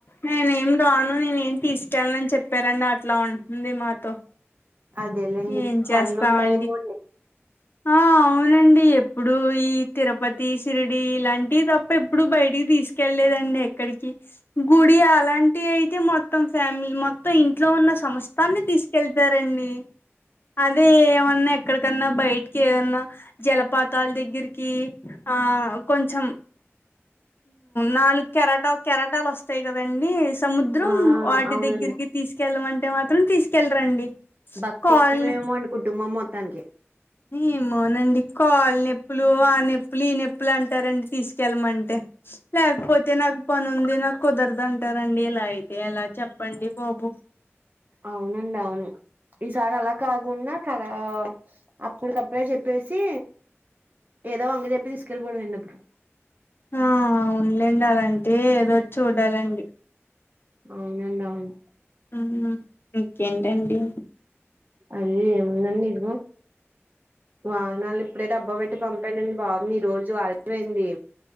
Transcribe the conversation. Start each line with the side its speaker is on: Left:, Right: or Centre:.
Left: నేనేం రాను నేనేమి తీసుకెళ్ళనని చెప్పారండి అట్లా ఉంటుంది మాతో
Right: అదేలేండి
Left: ఏం చేస్తామండి
Right: పనులుంటాయేమో అండి
Left: ఆ అవునండి ఎప్పుడు ఈ తిరపతి తీ సిరిడి ఇలాంటివి తప్ప ఎప్పుడు బయటికి తీసుకెళ్లేదండి ఎ ఎక్కడికి గుడి అలాంటి అయితే మొత్తం ఫ్యామిలీ మొత్తం ఇంట్లో ఉన్న సంస్థాన్ని తీసుకెళ్తారండి అదే ఏమన్నా ఎక్కడికన్నా బయటికి ఏదన్నా జలపాతాల దగ్గరికి ఆ కొంచెం నాలుగు కెరాటా కెరాటాలు వస్తాయి కదండి సముద్రం
Right: ఆ
Left: వాటి
Right: అవునండి
Left: దగ్గరికి తీసుకెళ్లమంటే మాత్రం తీసుకెళ్లరండి
Right: భక్తి
Left: కాళ్ళ
Right: ఎక్కివేమో అండి కుటుంబం మొత్తానికి
Left: ఏమోనండి కాళ్ళ నొప్పులు ఆ నొప్పులు ఈ నొప్పులు అంటారండి తీసుకెళ్ళమంటే లేకపోతే నాక్ పనుంది నాకు కుదరదుంటారండి ఇలా అయితే ఎలా చెప్పండి బాబు
Right: అవునండి అవును ఈసారి అలా కాకుండా ఈసారి అప్పుడు కప్పుడే చెప్పేసి ఏదో వంక చెప్పి తీసుకెళ్లి పోండండి అప్పుడు
Left: ఆ అవునులెండి అలాంటే ఏదో ఒకటి చూడాలండి
Right: అవునండి అవును
Left: ఆహా ఇంకేంటండి
Right: అదే ఏముందండి ఇదిగో వాహనాలు ఇప్పుడే డబ్బా పెట్టి పంపానండి బాబు ఈ రోజు ఆలస్యమైంది